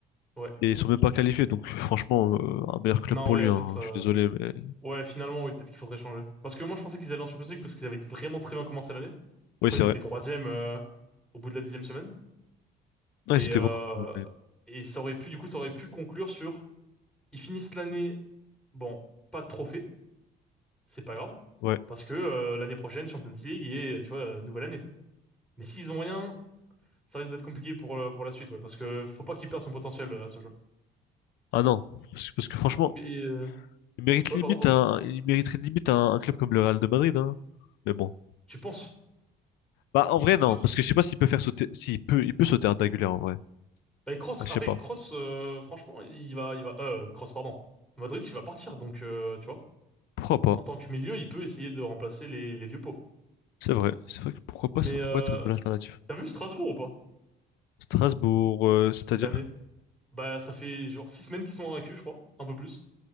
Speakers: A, in the centre; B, on the left.
A: Ouais.
B: Et ils sont même pas qualifiés. Donc franchement, euh, un meilleur club
A: Non,
B: pour
A: oui,
B: lui.
A: en
B: hein.
A: fait. euh,
B: Je suis désolé, mais.
A: Ouais, finalement, oui, peut-être qu'il faudrait changer. Parce que moi je pensais qu'ils allaient en Champions League parce qu'ils avaient été vraiment très bien commencé l'année. Je
B: Oui,
A: crois
B: c'est
A: qu'ils
B: vrai.
A: étaient troisième euh, au bout de la dixième semaine.
B: Non,
A: Et,
B: ils étaient
A: euh,
B: bons. mais-
A: et ça aurait pu, du coup, ça aurait pu conclure sur, ils finissent l'année, bon, pas de trophée, c'est pas grave,
B: Ouais.
A: parce que euh, l'année prochaine, Champions League et, tu vois, euh, nouvelle année. Mais s'ils ont rien, ça risque d'être compliqué pour, euh, pour la suite, ouais, parce que faut pas qu'il perde son potentiel, euh, ce joueur.
B: Ah non. Parce, que- parce que franchement,
A: Mais, euh,
B: Il mérite
A: ouais,
B: limite
A: pardon, pardon.
B: un, il mériterait limite un, un club comme le Real de Madrid, hein. Mais bon.
A: Tu penses?
B: Bah, en vrai, non,
A: Ouais.
B: parce que je sais pas s'il peut faire sauter, s'il peut, il peut sauter un Dagulé en vrai.
A: Bah, Kroos,
B: Ah, je
A: après,
B: sais pas.
A: Kroos, euh, franchement, il va, il va, euh, Kroos, pardon. Madrid, il va partir, donc, euh, tu vois,
B: Pourquoi pas?
A: en tant que milieu, il peut essayer de remplacer les, les vieux pots.
B: C'est vrai. C'est vrai que pourquoi pas,
A: Mais,
B: ça pourrait
A: euh,
B: être une bonne alternative.
A: t'as vu Strasbourg ou pas,
B: Strasbourg, euh, c'est-à-dire?
A: cette année? Bah, ça fait genre six semaines qu'ils sont invaincus, je crois, un peu plus.